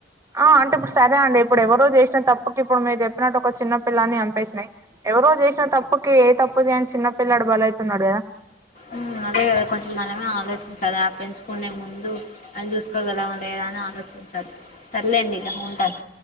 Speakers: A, on the right (about 15°); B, on the left (about 40°).
A: ఆ అంటే ఇప్పుడు సరే అండి ఇప్పుడేవరో చేసిన తప్ ఒకే ఇప్పుడు మీరు చెప్పినట్టు ఒక చిన్న పిల్లాని చంపేసినాయ్ ఎవరో చేసిన తప్పుకి ఏ తప్పు చేయని చిన్న పిల్లాడు బలయితున్నాడు గదా
B: ఆ అదే కదా కొంచెం మనమే ఆలోచించాలి పెంచుకునే ముందు అని చూసుకోగలమా లేదా అని ఆలోచించాలి సర్లేండి ఇగ ఉంటా